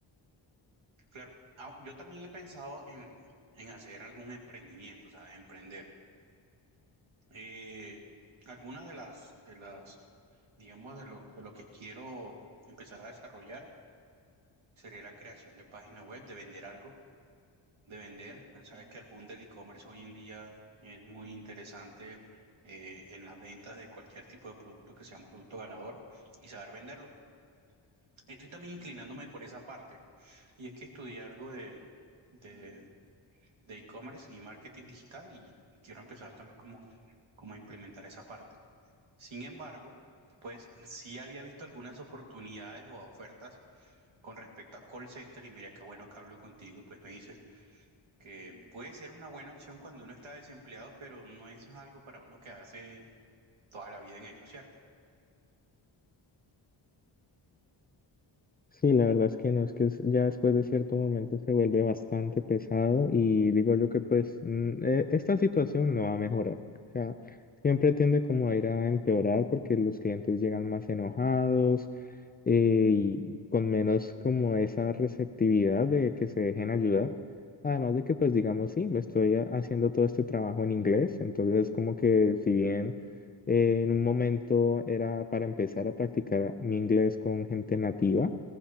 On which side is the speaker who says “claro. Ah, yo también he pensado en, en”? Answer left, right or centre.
Right